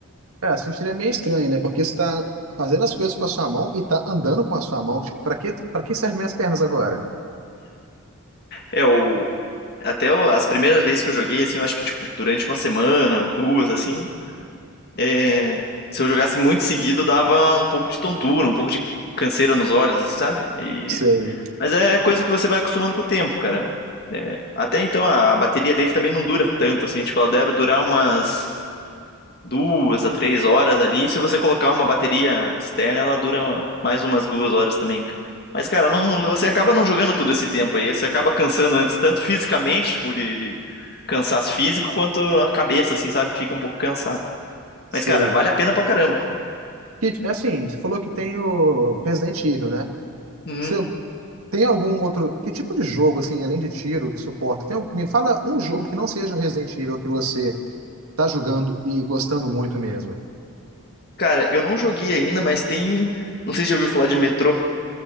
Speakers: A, on the right; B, on the left.
A: Cara, assim seria meio estranho, né? Porque você está fazendo as coisas com a sua mão e está andando com a sua mão. Para que, para que servem minhas pernas agora?
B: É o até o- as primeiras vezes que eu joguei assim, eu acho que tipo durante uma semana, duas assim, é, se eu jogasse muito seguido dava um pouco de tontura, um pouco de canseira nos olhos, assim, sabe? E
A: Sei,
B: mas é coisa que você vai acostumando com o tempo, cara. É, até então a, a bateria dele também não dura tanto assim, tipo ela deve durar umas duas a três horas ali. Se você colocar uma bateria externa, ela dura uma- mais umas duas horas também. ca- Mas, cara, não- você acaba não jogando todo esse tempo aí. Você acaba cansando antes, tanto fisicamente, tipo, de, de cansaço físico, quanto a cabeça, assim, sabe? Fica um pouco cansado.
A: sei.
B: Mas, cara, vale a pena pra caramba. cara.
A: Que, assim, você falou que tem o Resident Evil, né?
B: Hum,
A: Se Tem algum outro. Que tipo de jogo, assim, além de tiro, que suporta? Tem algum- Me fala um jogo que não seja o Resident Evil que você tá jogando e gostando muito mesmo.
B: Cara, eu não joguei ainda, mas tem. Não sei se já ouviu falar de Metrô.